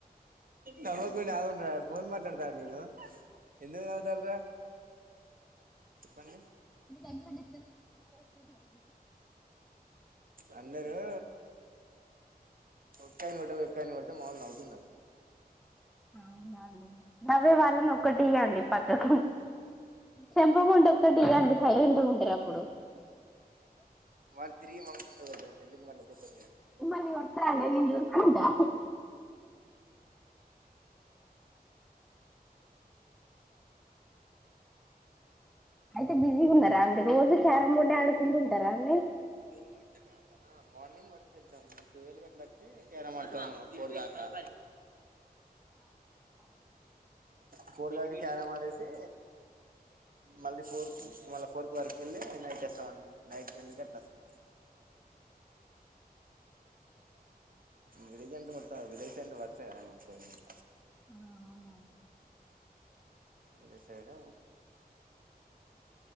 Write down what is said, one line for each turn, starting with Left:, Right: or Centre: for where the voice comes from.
Right: నమండి ఆంట రవ్ ఫోన్ మాట్లాడాతన నేను ఎందుకు నవ్తన్లురా చెప్పండి
Centre: ఒకే అండి
Right: అందరూ కుకని <unintelligible> కొడితే మా ఒళ్ళు అవుతున్నారు
Centre: అవునండీ నవ్వే వాళ్ళను ఒక్కటి ఇయండి. పక్కకు చెంపపోంటి ఒక్కటి ఇయండి సైలెంట్ ఉంటరు అప్పుడు
Right: వాళ్లు తిరిగి మమ్మల్ని కోడతరు ఎందుకు మళ్ళీ దెబ్బలు తినడం
Centre: మిమ్మల్ని కొట్టారండి. నేను చూసుకుంటా అయితే బిజీ ఉన్నారా అండి. రోజు క్యారం బోర్డే ఆడుకుంటు ఉంటారా అండి.
Right: ఏమైతే రావా. Morning work కెళ్తాం. టువెల్ కి అట్లా వచ్చి క్యారం ఆడతానం. ఫోర్ దాకా ఆ ఫోర్ ఫోర్ దాకా క్యారం ఆడేసి. మళ్ళీ ఫోర్క్ మళ్ళీ ఫోర్ కి వర్క్ కి వెళ్ళి నైట్ వస్తాం. నైట్ టెన్ కి అట్లాస్తాం. <inaudible> విలేజ్ అంటే మొత్తం విలేజండ్ వర్క్ సె కదా మొ-
Centre: ఆ అవున్నా.
Right: విలేజ్ సైడ్